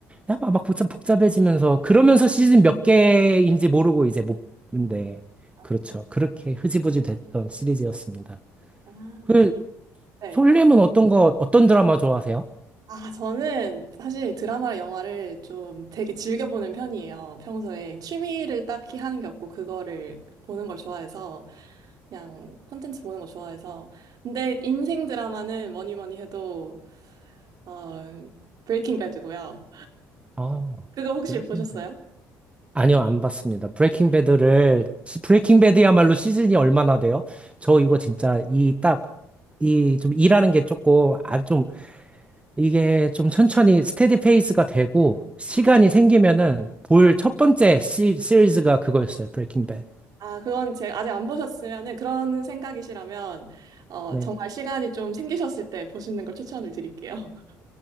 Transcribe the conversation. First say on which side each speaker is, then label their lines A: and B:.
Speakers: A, on the right; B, on the right.
A: 야, 막, 막 복잡, 복잡해지면서 그러면서 시즌 몇 개인지 모르고 이제 못 근데
B: 아,
A: 그렇죠. 그렇게 흐지부지 됐던 시리즈였습니다.
B: 아,
A: 그
B: 맞아. 네.
A: 솔님은 어떤 거, 어떤 드라마 좋아하세요?
B: 아, 저는 사실 드라마나 영화를 좀 되게 즐겨보는 편이에요. 평소에 취미를 딱히 하는 게 없고, 그거를 보는 걸 좋아해서, 그냥 콘텐츠 보는 거 좋아해서. 근데 인생 드라마는 뭐니 뭐니 해도, 어, 브레이킹 배드고요.
A: 아,
B: 그거 혹시
A: 브레이킹
B: 보셨어요?
A: 배드. 아니요, 안 봤습니다. 브레이킹 배드를, 시- 브레이킹 배드야말로 시즌이 얼마나 돼요? 저 이거 진짜 이 딱, 이 좀 일하는 게 조금, 아, 좀, 이게 좀 천천히 스테디 페이스가 되고, 시간이
B: 네.
A: 생기면은 볼 첫 번째 시, 시리즈가 그거였어요. 브레이킹 배드.
B: 아, 그건 제 아직 안 보셨으면은 그런 생각이시라면, 어,
A: 네.
B: 정말 시간이 좀 생기셨을 때 보시는 걸 추천을 드릴게요. <laughs>